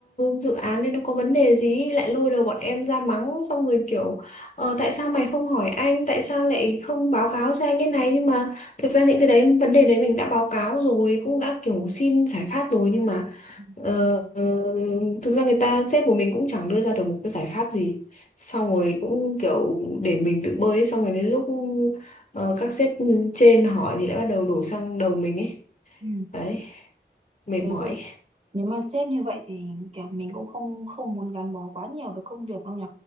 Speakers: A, on the left; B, on the right.
A: dự án đấy nó có vấn đề gì ấy, lại lôi đầu bọn em ra mắng, xong rồi kiểu ờ, tại sao mày không hỏi anh, tại sao lại không báo cáo cho anh cái này nhưng mà thực ra những cái đấy vấn đề đấy mình đã báo cáo rồi, cũng đã kiểu xin giải pháp rồi nhưng mà
B: Ừ.
A: Ờ, ờ, thực ra người ta sếp của mình cũng chẳng đưa ra được một cái giải pháp gì xong
B: Ừ.
A: rồi cũng kiểu để mình tự bơi ấy. xong rồi đến lúc ờ, các sếp trên hỏi thì lại bắt đầu đổ sang đầu mình ấy
B: Ừ.
A: đấy mệt
B: Nếu
A: mỏi
B: vậy Nếu mà sếp như vậy thì kiểu mình cũng không không muốn gắn bó quá nhiều với công việc đâu nhỉ.